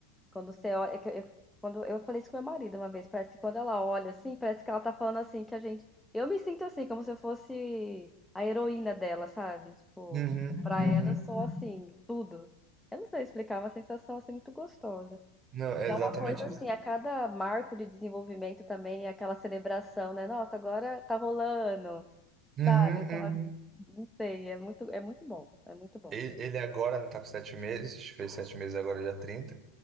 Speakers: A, in the centre; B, on the right.
A: Quando você olha, é que eu, eu- quando eu falei isso com meu marido uma vez, parece que quando ela olha assim, parece que ela tá falando assim que a gente, eu me sinto assim, como se eu fosse a heroína dela, sabe? Tipo,
B: Uhum,
A: pra
B: uhum.
A: ela eu sou assim, tudo. Eu não sei explicar, é uma sensação assim muito gostosa.
B: Não, é
A: E
B: exatamente
A: é uma coisa assim,
B: isso.
A: a cada marco de desenvolvimento também, é aquela celebração, né? Nossa, agora tá rolando,
B: Uhum,
A: sabe?
B: uhum.
A: Não sei, é muito, é muito bom, é muito bom.
B: Ele, ele agora não tá com sete meses, fez sete meses agora já trinta